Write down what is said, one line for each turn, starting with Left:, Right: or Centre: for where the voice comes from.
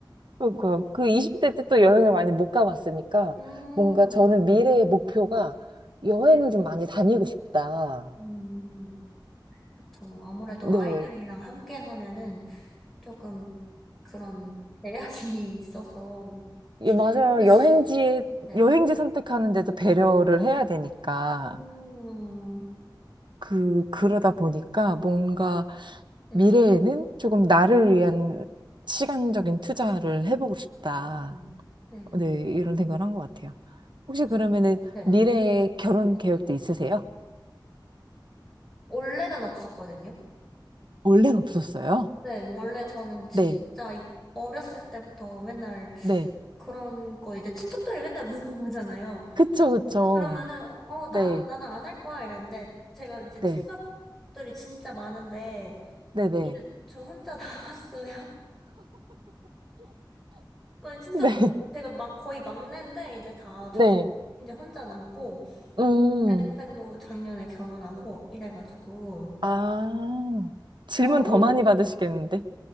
Right: 그러니까 그 20대 때 또 여행을 많이 못 가봤으니까,
Centre: 음,
Right: 뭔가 저는 미래의 목표가 여행을 좀 많이 다니고 싶다.
Centre: 음, 그쵸. 아무래도
Right: 네.
Centre: 아이들이랑 함께 하면은 조금 그런 제약이 <laughs> 있어서
Right: 예,
Centre: 힘,
Right: 맞아요.
Centre: 힘드시죠.
Right: 여행지,
Centre: 네.
Right: 여행지 선택하는데도 배려를 해야 되니까.
Centre: 음,
Right: 그, 그러다
Centre: 음,
Right: 보니까
Centre: 음,
Right: 뭔가
Centre: 네,
Right: 미래에는 조금 나를 위한 시간적인 투자를 해보고 싶다.
Centre: 좀, 네,
Right: 네, 이런 생각을 한 것 같아요. 혹시
Centre: 좀,
Right: 그러면은
Centre: 네.
Right: 미래에 결혼 계획도 있으세요?
Centre: 원래는 없었거든요.
Right: 원래는 없었어요.
Centre: 네, 원래 저는 진짜
Right: 네,
Centre: 이- 어렸을 때부터 맨날
Right: 네.
Centre: 그런 거 이제 친척들이 맨날 물어보잖아요.
Right: 그쵸, 그쵸.
Centre: 그러면은, 어,
Right: 네,
Centre: 나, 나는 안 할 거야 이랬는데, 제가 이제
Right: 네,
Centre: 친척들이 진짜 많은데,
Right: 네네.
Centre: 이제 저 혼자 <laughs> 남았어요. 저희 친척,
Right: 네,
Centre: 제가 막, 거의 막내인데, 이제 다
Right: <laughs>
Centre: 저,
Right: 네.
Centre: 이제 혼자 남고,
Right: 음,
Centre: 제 동생도 작년에 결혼하고, 이래가지고,
Right: 아. 질문
Centre: 결혼,
Right: 더 많이 받으시겠는데?